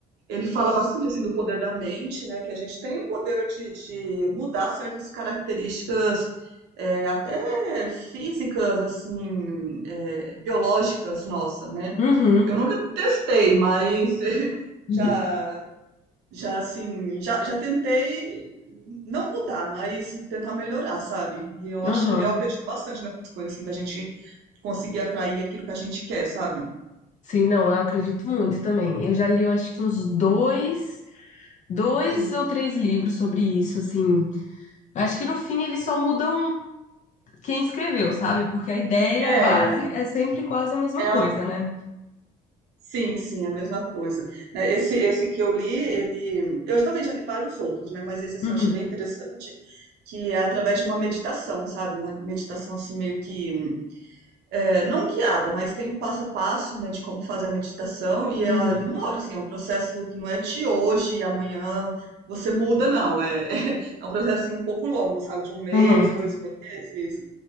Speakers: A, on the right; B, on the left.
A: ele fala bastante assim do poder da mente, né? Que a gente tem o poder de, de mudar certas características, é, até físicas, assim, é, biológicas, nossa, né?
B: Uhum.
A: Eu nunca testei, mas <laughs>
B: <laughs>
A: já Já assim, já, já tentei não mudar, mas tentar melhorar, sabe? E eu
B: Aham.
A: acho, eu acredito bastante nessas coisas, assim, da gente conseguir atrair aquilo que a gente quer, sabe?
B: Sim, não, eu acredito muito também. Eu já li, eu acho que uns dois, dois
A: Hum.
B: ou três livros sobre isso, assim. Acho que no fim eles só mudam quem escreveu, sabe? Porque a ideia,
A: É,
B: a base é sempre quase a mesma
A: é,
B: coisa,
A: al-
B: né?
A: sim, sim, é a mesma coisa. né? Esse, esse que eu li, ele, eu também já li vários outros, né? Mas esse assim,
B: Uhum.
A: eu achei bem interessante, que é através de uma meditação, sabe? Uma meditação assim meio que é, não guiada, mas tem o passo a passo, né, de como fazer a meditação e ela
B: Uhum.
A: demora, assim, é um processo que não é de hoje e amanhã você muda, não. É, <laughs> é um processo assim, um pouco longo, sabe, de um mês,
B: Aham.
A: dois meses,